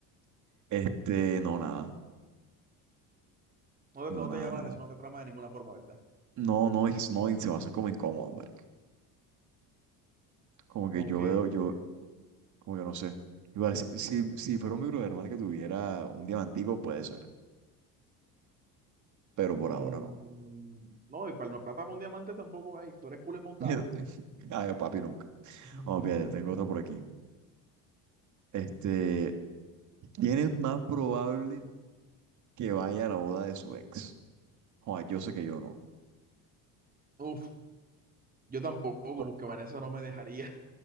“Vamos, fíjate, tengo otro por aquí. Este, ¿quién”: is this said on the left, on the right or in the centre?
Right